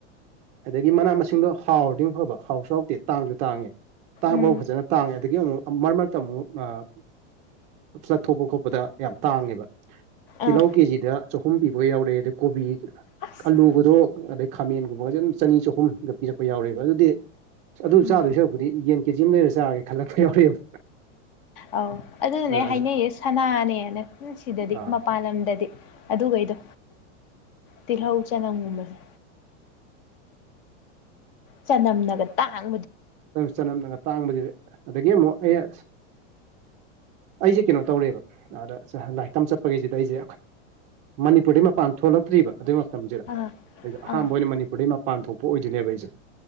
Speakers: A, on the right (about 20°); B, on the left (about 50°).
A: ꯑꯗꯒꯤ ꯃꯅꯥ ꯃꯁꯤꯡꯗꯣ ꯍꯥꯎꯔꯗꯤ ꯃꯨꯛ ꯐꯕ ꯍꯥꯎꯁꯨ ꯍꯥꯎꯇꯦ ꯇꯥꯡꯁꯨ ꯇꯥꯡꯉꯦ ꯇꯥꯡꯕꯥꯎ
B: ꯎꯝ
A: ꯐꯖꯅ ꯇꯥꯡꯉꯦ ꯑꯗꯒꯤ ꯑꯃꯨꯛ ꯃꯔꯛ ꯃꯔꯛꯇ ꯑꯃꯨꯛ ꯑꯥ ꯐ꯭ꯂꯠꯊꯣꯛꯄ ꯈꯣꯠꯄꯗ ꯌꯥꯝ ꯇꯥꯡꯉꯦꯕ ꯇꯤꯜꯍꯧ
B: ꯑꯥ
A: ꯀꯦꯖꯤꯗ ꯆꯍꯨꯝ ꯄꯤꯕꯒ ꯌꯥꯎꯔꯛꯑꯦ ꯑꯗ ꯀꯣꯕꯤ
B: ꯑꯁ
A: ꯑꯂꯨꯒꯗꯣ ꯑꯗꯩ ꯈꯥꯃꯦꯟꯒꯨꯝꯕꯒꯁꯦ ꯑꯗꯨꯝ ꯆꯅꯤ ꯆꯍꯨꯝꯒ ꯄꯤꯔꯛꯄ ꯌꯥꯎꯔꯦꯕ ꯑꯗꯨꯗꯤ ꯑꯗꯨ
B: ꯎꯝ
A: ꯆꯥꯗꯣꯏ ꯁꯔꯛꯄꯨꯗꯤ ꯌꯦꯟ ꯀꯦꯖꯤ ꯑꯃ ꯂꯩꯔ ꯆꯥꯔꯒꯦ ꯈꯜꯂꯛꯄ ꯌꯥꯎꯔꯑꯕ
B: ꯑꯧ ꯑꯗꯨꯗꯅꯦ
A: ꯑꯗ
B: ꯍꯥꯏꯅꯩꯌꯦ ꯁꯅꯥꯅꯦꯅ ꯁꯤꯗꯗꯤ
A: ꯑꯥ
B: ꯃꯄꯥꯟ ꯂꯝꯗ ꯗꯤ ꯑꯗꯨꯒꯩꯗꯣ ꯇꯤꯜꯍꯧ ꯆꯅꯝꯒꯨꯝꯕꯁꯦ ꯆꯅꯝꯅꯒ ꯇ ꯇꯥꯡ
A: ꯆꯅꯝꯅꯒ ꯇꯥꯡꯕꯁꯤꯗꯤ ꯑꯗꯒꯤ ꯑꯃꯨꯛ ꯑꯩꯅ ꯑꯩꯁꯦ ꯀꯩꯅꯣ ꯇꯧꯔꯦꯕ ꯑꯗ ꯂꯥꯏꯔꯤꯛ ꯇꯝ ꯆꯠꯄꯒꯤꯁꯤꯗ ꯑꯩꯁꯦ ꯃꯅꯤꯄꯨꯔꯗꯩ ꯃꯄꯥꯟ ꯊꯣꯛ ꯊꯣꯛꯂꯛꯇ꯭ꯔꯤꯕ ꯑꯗꯨꯒꯤ ꯃꯇꯝꯁꯤꯗ
B: ꯑꯁ
A: ꯑꯩꯗ ꯑꯍꯥꯟꯕ
B: ꯑꯥ
A: ꯑꯣꯏꯅ ꯃꯅꯤꯄꯨꯔꯗꯩ ꯃꯄꯥꯟ ꯊꯣꯛꯄ ꯑꯣꯏꯗꯣꯏꯅꯦꯕ ꯑꯩꯁꯦ